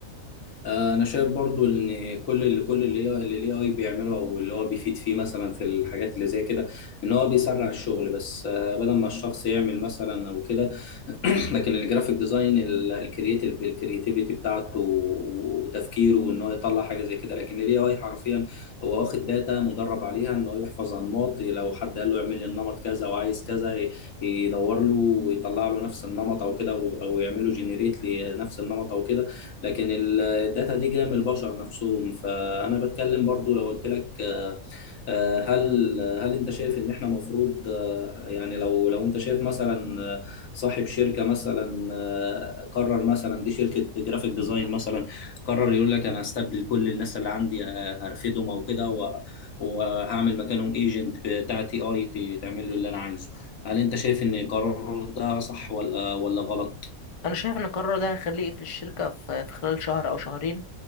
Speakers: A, on the left; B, on the left.
A: آه، انا شايف برضو ان كل اللي كل اللي هي اللي الاي اي بيعمله او اللي هو بيفيد فيه مثلا في الحاجات اللي زي كده ان هو بيسرع الشغل بس آه، بدل ما الشخص يعمل مثلا او كده <clears throat> لكن الجرافيك ديزاين الكرييتيف الكرياتيفيتي بتاعته وتفكيره وان هو يطلع حاجه زي كده لكن الاي اي حرفيا هو واخد داتا مدرب عليها ان هو يحفظ انماط لو حد قال له اعمل لي النمط كذا وعايز كذا ي- يدور له ويطلع له نفس النمط او كده او أو يعمل له جنريت لنفس النمط او كده لكن الداتا دي جايه من البشر نفسهم فانا بتكلم برضو لو قلت لك آه، آه، هل هل انت شايف ان احنا مفروض آه، يعني لو لو انت شايف مثلا آه، صاحب شركه مثلا آه، قرر مثلا دي شركه جرافيك ديزاين مثلا قرر يقول لك انا هستبدل كل الناس اللي عندي آه، هرفدهم او كده و- وهعمل مكانهم ايجنت بتاعتي اي تعمل له اللي انا عايزه هل انت شايف ان قراره ده صح ولا ولا غلط؟
B: انا شايف ان القرار ده هيخليه يقفل الشركه في في خلال شهر او شهرين